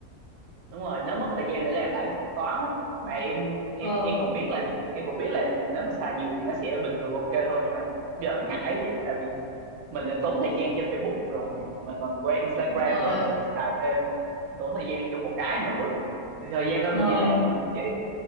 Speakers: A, on the right (about 80°); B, on the left (about 40°).
A: đúng rồi nó mất thời gian để làm lại cái thuật toán á mà em em
B: ờ
A: em cũng biết là điều- em cũng biết là nếu mà xài nhiều thì nó sẽ bình thường ok thôi nhưng mà giờ ngại chị tại vì mình đã tốn thời gian trên Facebook rồi mình còn qua Instagram
B: đúng rồi
A: rồi giờ xài thêm đổ thời gian vô một cái nữa thì thời gian đó
B: ờ
A: mình đi làm đúng không chị